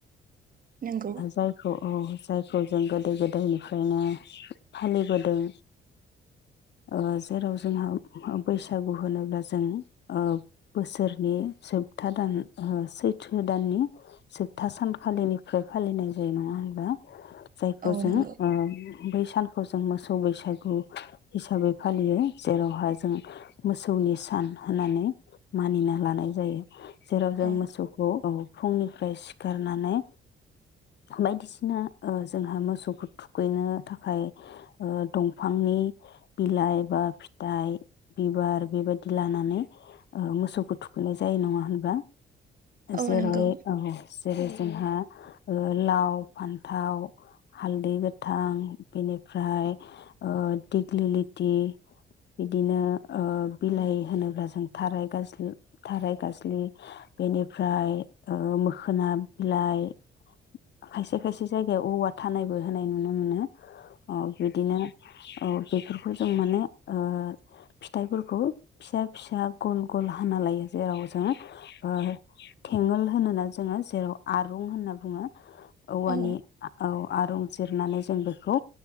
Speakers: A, on the right; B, on the left.
A: नंगौ
B: जायखौ औ जायखौ जों गोदो गोदायनिफ्रायनो फालिबोदों ओ जेराव जोंहा बैसागु होनोब्ला जों ओ बोसोरनि जोबथा दान सैथो दाननि जोबथा सानखालिनि खो फालिनाय जायो नङा होमबा? जायखौ
A: औ
B: जोङो
A: नंगौ
B: ओ बै सानखौ जों मोसौ बैसागु हिसाबै फालियो। जेरावहाय जों मोसौनि सान होननानै मानिना लानाय जायो। जेराव जों
A: औ
B: मोसौखौ औ फुंनिफ्राय सिखारनानै बायदिसिना ओ जोंहा मोसौखौ थुखैनो थाखाय ओ दंफांनि बिलाइ बा फिथाइ, बिबार बेबायदि लानानै ओ मोसौखौ थुखैनाय जायो नङा होनबा?
A: औ
B: जेरै
A: नंगौ
B: औ जेरै जोंहा ओ लाव, फान्थाव, हालदै गोथां बेनिफ्राय ओ दिग्लिलिथि बिदिनो ओ बिलाइ होनोब्ला जों थाराय गाज्लि थाराय गाज्लि बेनिफ्राय ओ मोखोना बिलाइ खायसे खायसे जायगायाव औवा थानायबो होनाय नुनो मोनो। औ बिदिनो औ बेफोरखौ जों माने ओ फिथाइफोरखौ फिसा फिसा गल गल हाना लायो जेराव जोङो ओ थेंगोल होनोना जोङो जेराव आरुं होनना बुङो औवानि
A: औ
B: आ औ आरं जिरनानै जों बेखौ